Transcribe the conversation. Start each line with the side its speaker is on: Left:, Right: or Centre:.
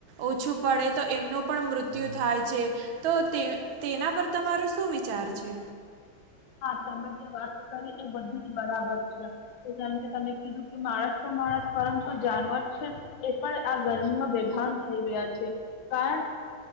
Right: ઓછું પડે તો એમનું પણ મૃત્યુ મૃત્યુ થાય છે, તો તે તેના પર તમારો શું વિચાર છે?
Left: હા તમે જે વાત કરી એ બધું જ બરાબર છે, કે જેમ કે તમે કીધું કે માણસ તો માણસ પરંતુ જાનવર છે, એ પણ આ ગરમીમાં બેભાન થઈ ગયા છે, કારણ